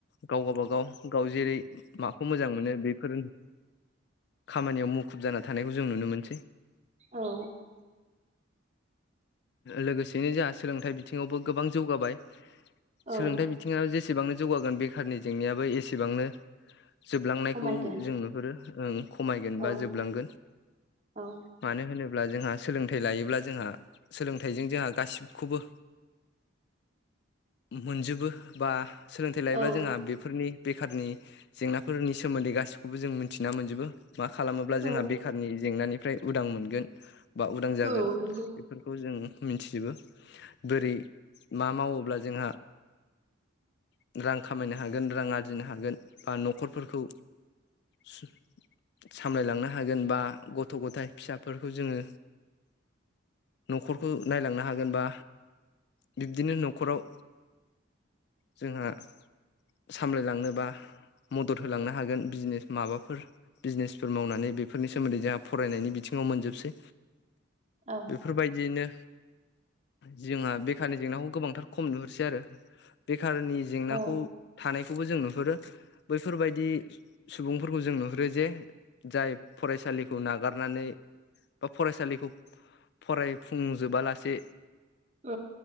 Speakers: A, on the left (about 55°); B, on the right (about 35°).
A: गाव-गाबागाव गावजि जेरै माखौ मोजां मोनो बेफोर खामानियाव मुखुब जाना थानायखौ जों नुनो मोनसै।
B: औ।
A: लोगोसेयैनो जोंहा सोलोंथाइ बिथिङावबो गोबां जौगाबाय। सोलोंथाइ
B: औ
A: बिथिङाव जेसेबांनो जौगागोन बेखारनि जेंनायाबो एसेबांनो जोबलांनायखौ
B: खमायगोन
A: जों नुहुरो ओं। खमायगोन बा
B: औ
A: जोबलांगोन
B: औ
A: मानो होनोब् -ब्ला जोंहा सोलोंथाइ लायोब्ला जोंहा सोलोंथाइजों जोंहा गासिबखौबो मोनजोबो बा सोलोंथाइ लायोब्ला
B: औ
A: जोंहा बेफोरनि बेखारनि जेंनाफोरनि सोमोन्दै गाससिखौबो जों मिथिना मोनजोबो। मा खालामोब्ला जोंहा
B: औ
A: बेखारनि जेंनानिफ्राय उदां मोनगोन। बा उदां जागोन
B: औ नंगौ
A: बेफोरखौ जों मिथि जोबो बोरै मा मावोब्ला जोंहा <inaudible> रां खामायनो हागोन रां आरजिनो हागोन बा न'खरफोरखौ सु सामलायलांनो हागोन बा गथ'-गथाय फिसाफोरखौ जोङो न'खरखौ नायलांनो हागोन बा बिब्दिनो न'खराव जोंहा सामलायलांनोबा मदद होलांनो हागोन बिजनेस माबाफोर बिजनेसफोर मावनानै बेफोरनि सोमोन्दै जोंहा फरायनायनि बिथिङाव मोनजोबसै।
B: औ
A: बेफोरबायदि यैनो जोंहा बेखारनि जेंनाखौ गोबांथार खम नुहरसै आरो बे खारनि जेंनाखौ
B: औ
A: थानायखौबो जों नुहुरो बैफोरबायदि सुबुंफोरखौ जों नुहुरो जे जाय फरायसालिखौ नागारनानै बा फरायसालिखौ फरायफुंजोबालासे
B: औ